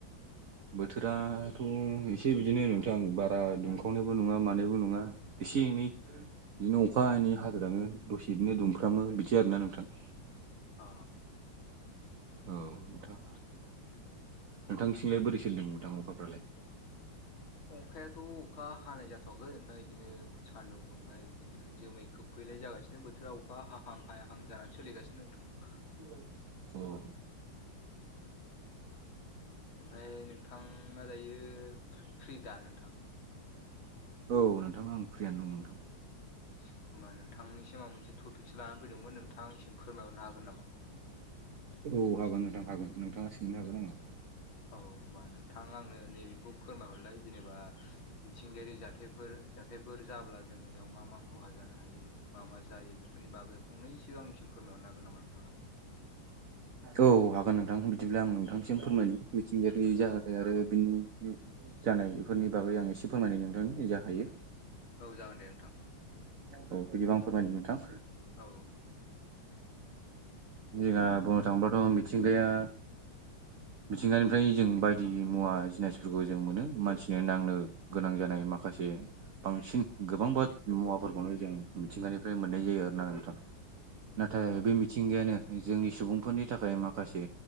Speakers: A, on the right (about 45°); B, on the left (about 75°).
A: बोथोराथ' एसे बिदिनो नोंथां बारा दुंखावनायबो नङा मानायबो नङा एसे एनै <unintelligible> हाग्राङो दसेनो दुमफ्रामो बिदि आरोना नोंथां
B: अ
A: औ नोंथां
B: <inaudible>
A: नोंथांनिथिंजाय बोरै सोलिदों नोंथां अखाफ्रालाय
B: अखायाथ' अखा हानाय जाथ'वाखै नों दा बिदिनो सानदुं दुंलाय बिदिनो जोमै खोब फैलाय जागासिनो बोथोरा अखा हाहां हायाहां जानानै सोलिगासिनो नोंथां
A: <inaudible>
B: ओमफ्राय नोंथाङा दायो फ्रि दा नोंथां
A: औ नोंथां आं फ्रियान दं नोंथां
B: होमबा नोंथांनिसिम आं मोनसे टपिकसो लानानै फैदोंमोन नोंथाङा आंनिसिम फोरमायहरनो हागोन नामा
A: औ हागोन नोंथां हागोन नोंथाङा सोंनो हागोन आंनाव
B: औ होमबा नोंथां आंनो नैबेखौ फोरमायहरलाय जेनेबा मिथिंगायारि जाथायफोर जाथायफोर जाब्ला जोंनियाव मा मा खहा जानो हायो मा मा जायो बेफोरनि बागै फंनैसो आंंनिसिम फोरमायहरनो हागोन नामा नोंथाङा
A: औ हागोन नोंथां बिदिब्ला आं नोंथांनिसिम फोरमायनो मिथिंगायारि जाहोथाय
B: औ
A: आरो बिनि जानाय बेफोरनि बागै आं एसे फोरमायनाय नोंथांनि जा हायो
B: औ जागोन दे नोंथां
A: औ बिदिबां फोरमायदों नोंथां
B: औ
A: जोंहा बुंनो थाङोबाथ' मिथिंगाया मिथिंगानिफ्राय जों बायदि मुवा जिनिसफोरखौ जों मोनो मानसिनो नांनो गोनां जानाय माखासे बांसिन गोबांबा मुवाफोरखौनो जों मिथिंगानिफ्राय मोननाय जायो आरोना नोंथां नाथाय बे मिथिंगायानो जोंनि सुबुंफोरनि थाखाय माखासे